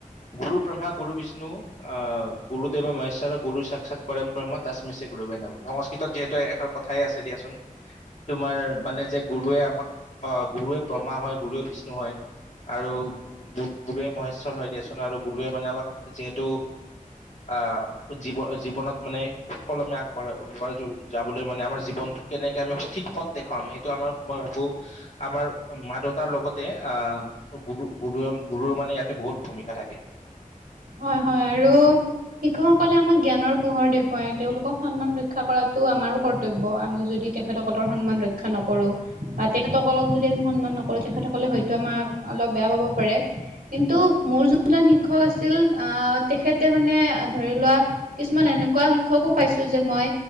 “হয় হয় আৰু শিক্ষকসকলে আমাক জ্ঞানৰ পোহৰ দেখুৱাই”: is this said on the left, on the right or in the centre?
Right